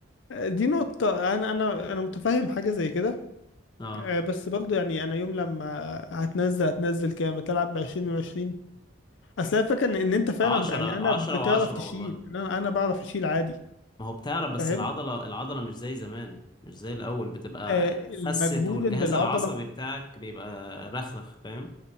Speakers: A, on the left (about 75°); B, on the left (about 25°).
A: دي نقطة انا انا انا متفهم حاجة زي كده
B: اه
A: آه، بس برضو يعني انا يوم لما هتنزل هتنزل كام بتلعب بعشرين وعشرين اصل أنا الفكرة ان إن انت فعلا
B: عشرة
A: ب- يعني انا
B: عشرة
A: بتعرف
B: وعشرة
A: تشيل
B: والله
A: إن انا انا بعرف اشيل عادي
B: ما هو بتعرق بس
A: فاهم
B: العضلة العضلة مش زي زمان مش زي الأول بتبقى
A: آه،
B: خست
A: المجهود
B: والجهاز
A: اللي العضلة
B: العصبي بتاعك بيبقى رخرخ فاهم